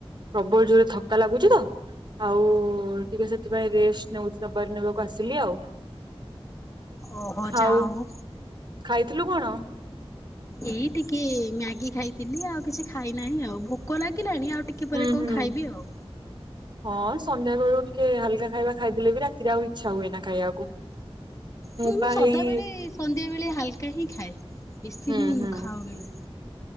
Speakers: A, on the right; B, on the left.
A: ପ୍ରବଳ ଜୋରରେ ଥକା ଲାଗୁଛି ତ ଆଉ ଟିକେ ସେଥିପାଇଁ ରେଷ୍ଟ ନଉବାର ନେବାକୁ ଆସିଲି ଆଉ।
B: ଓ ହ ଯା
A: ଆଉ
B: ହଉ।
A: ଖାଇଥିଲୁ କଣ?
B: ଏଇ ଟିକେ ମ୍ୟାଗି ଖାଇଥିଲି ଆଉ କିଛି ଖାଇନାହିଁ ଆଉ ଭୋକ ଲାଗିଲାଣି ଆଉ। ଟିକେ ପରେ
A: ହୁଁ
B: କଣ
A: ହୁଁ
B: ଖାଇବି ଆଉ।
A: ହଁ ସନ୍ଧ୍ୟା ବେଳୁ ଟିକେ ହାଲକା ଖାଇବା ଖାଇଦେଲେ ବି ରାତିରେ ଆଉ ଇଚ୍ଛା ହୁଏ ନା ଖାଇବାକୁ।
B: ମୁଁ
A: ପା
B: ସଦାବେଳେ
A: ହେଇ
B: ସନ୍ଧ୍ୟା ବଳେ ହାଲ <unintelligible> ଖାଏ ବେଶିମୁଁ
A: ହୁଁ ହୁଁ
B: ଖାଉନି।